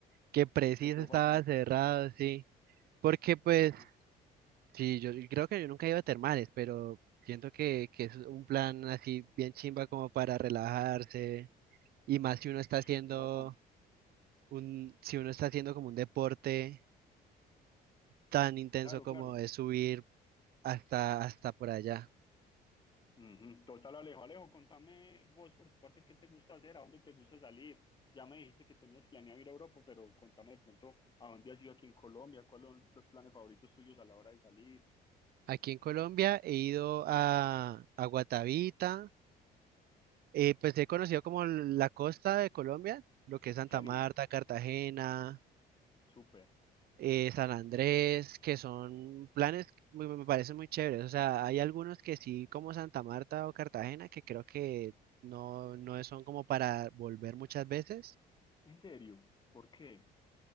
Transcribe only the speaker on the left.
qué quedó
faltando.
Ajá,
es
súper bacán.
Claro,
claro.
Ujú, Total, Alejo. Alejo, contame vos por tu parte qué te gusta hacer, a dónde te gusta salir. Ya me dijiste que tenías planeado ir a Europa, pero contame de pronto a dónde has ido aquí en Colombia, cuáles son los planes favoritos tuyos a la hora de salir.
¿En ¿Serio?
Súper.
¿En serio? ¿Por qué?